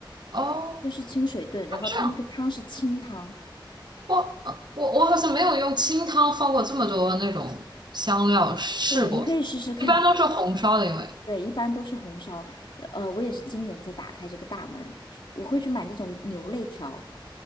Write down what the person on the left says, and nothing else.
就是清水炖，然后它那个汤是清汤，
对，你可以试试看。
对，一般都是红烧，呃，我也是今年才打开这个大门，我会去买那种牛肋条，